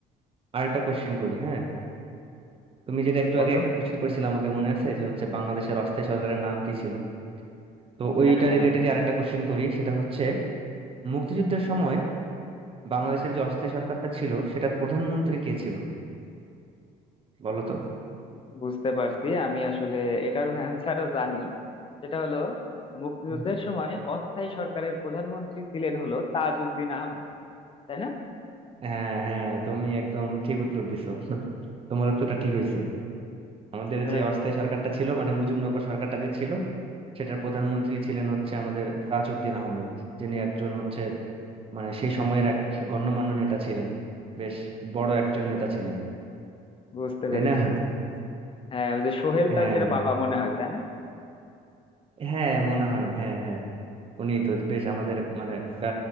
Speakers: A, on the right; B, on the left.
A: আরেকটা কোশ্চেন করি হ্যাঁ তুমি যেটা একটু
B: বলো
A: আগে একটা কোশ্চেন করেছিলে আমাকে মনে আছে যে হচ্ছে বাংলাদেশের অস্থায়ী সরকারের নাম কি ছিল তো ওইটা
B: হ্যাঁ হ্যাঁ
A: রিলেটেডই আরেকটা কোশ্চেন করি সেটা হচ্ছে মুক্তিযুদ্ধের সময় বাংলাদেশের যে অস্থায়ী সরকারটা ছিল সেটার প্রধানমন্ত্রী কে ছিল বলো তো
B: বুঝতে পারছি আমি আসলে এটার অ্যান্সারও জানি সেটা হলো মুক্তিযুদ্ধের
A: হুম।
B: সময় অস্থায়ী সরকারের প্রধানমন্ত্রী ছিলেন হলো তাজউদ্দিন আহমেদ তাই না
A: হ্যাঁ হ্যাঁ তুমি একদম ঠিক উত্তর দিছো <laughs> তোমার উত্তরটা ঠিক হয়েছে আমাদের যে
B: আচ্ছা
A: অস্থায়ী
B: ঠিক
A: সরকারটা
B: আছে
A: ছিল মানে মুজিবনগর সরকারটা যে ছিল সেটার প্রধানমন্ত্রী ছিলেন হচ্ছে আমাদের তাজউদ্দিন আহমেদ যিনি একজন হচ্ছে মানে সেই সময়ের এক গণ্যমান্য নেতা ছিলেন বেশ বড় একজন নেতা ছিলেন
B: বুঝতে
A: তাই
B: পেরেছি
A: না
B: বুঝতে পেরেছি হ্যাঁ ওই যে সোহেল তাজের
A: হ্যাঁ
B: বাবা মনে হয় তাই না
A: হ্যাঁ মনে হয় হ্যাঁ হ্যাঁ উনি তো বেশ আমাদের মানে একটা